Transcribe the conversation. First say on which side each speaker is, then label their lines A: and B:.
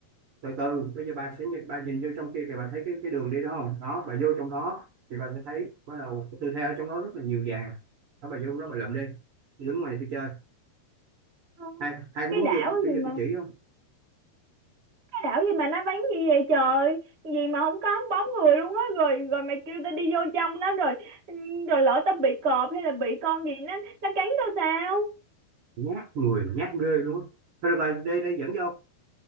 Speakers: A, on the right (about 80°); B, on the right (about 40°).
A: từ từ bây giờ bà sẽ nhìn bà nhìn vô trong kia kìa bà thấy cái cái đường đi đó không đó bà vô trong đó thì bà sẽ thấy bắt đầu cái tư thế ở trong đó rất là nhiều vàng đó bà vô đó bà lượm đi đứng ngoài này tôi chơi
B: ơi
A: ai ai có
B: cái
A: muốn
B: đảo
A: vô tôi
B: gì
A: vô
B: mà
A: tôi chỉ không
B: cái đảo gì mà nó vắng gì vậy trời gì mà không có bóng người luôn á rồi rồi mày kêu tao đi vô trong đó rồi ừ, rồi lỡ tao bị cọp hay là bị con gì nó nó cắn tao sao
A: nhát người mà nhát ghê luôn á. thôi được rồi đi đi dẫn vô